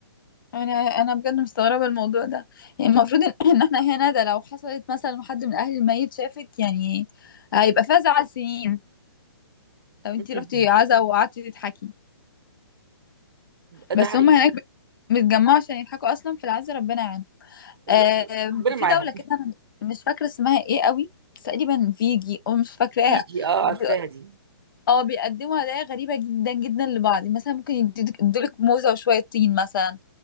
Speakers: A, on the left; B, on the right.
A: انا انا بجد مستغربه الموضوع ده يعني المفروض ان <laughs> إن احنا هنا ده لو حصلت مثلا حد من اهل الميت شافك يعني هيبقى فيها زعل سنين لو انتي
B: مم.
A: رحتي عزا وقعدتي تضحكي
B: ده
A: بس
B: حقيقي
A: هم هناك بيتجمعوا عشان يضحكوا اصلا في العز ربنا يعينهم
B: ر-
A: آم،
B: ربنا
A: في
B: معاهم
A: دولة كده انا مش فاكرة اسمها ايه قوي بس تقريبا فيجي او مش فاكراها
B: فيجي اه
A: بي-
B: عارفاها دي
A: اه بيقدموا هدايا غريبة جدا جدا لبعض مثلا ممكن يديك- يدولك موزة وشوية طين مثلا